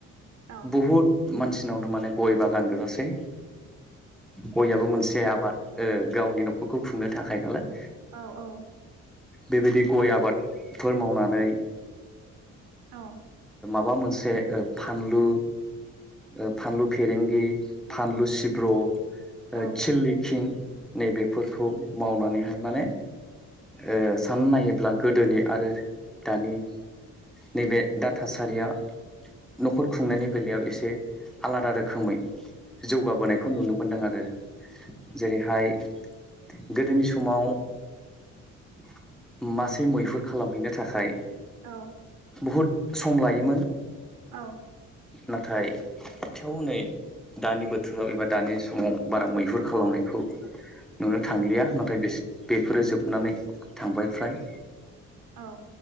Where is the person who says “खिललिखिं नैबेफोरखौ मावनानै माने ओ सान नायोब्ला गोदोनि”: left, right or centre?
Centre